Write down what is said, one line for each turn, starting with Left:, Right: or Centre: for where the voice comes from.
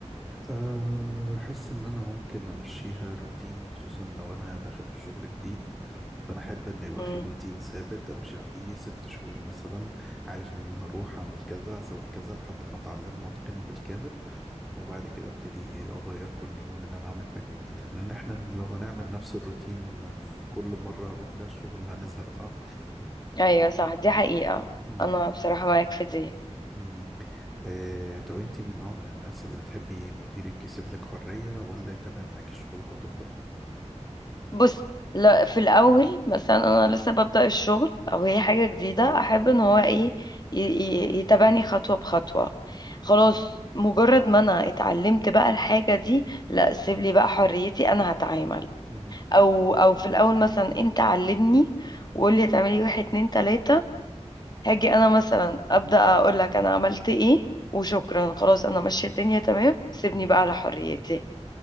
Centre: أه، أحس إن أنا ممكن أمشيها روتين خصوصا لو أنا داخل في شغل جديد فأنا أحب إن يبقى
Left: مم.
Centre: في روتين ثابت أمشي عليه ست شهور مثلا عارف إن أنا هروح أعمل كذا أسوي كذا لحد ما أتعلمه وأتقنه بالكامل وبعد كده ابتدي اغير كل يوم ان انا اعمل حاجة جديدة لان احنا لو هنعمل نفس الروتين في كل مرة هنروح فيها الشغل هنزهق صح؟
Left: ايوه صح دي حقيقة
Centre: مم.
Left: انا بصراحة معاك في دي
Centre: مم. آه، طب انتي من نوع من الناس اللي بتحبي مديرك يسيب لك حرية ولا يتابع معاكي الشغل خطوة بخطوة؟
Left: بص لا في الاول مثلا انا لسه ببدأ الشغل او هي حاجة جديدة احب ان هو ايه ي- ي- يتبعني خطوة بخطوة خلاص مجرد ما انا اتعلمت بقى الحاجة دي لا سيب لي بقى حريتي انا هتعامل
Centre: مم.
Left: او او في الاول مثلا انت علمني وقول لي هتعملي واحد اتنين تلاتة هاجي انا مثلا ابدأ اقول لك انا عملت ايه وشكرا خلاص انا ماشية الدنيا تمام سيبني
Centre: مم.
Left: بقى على حريتي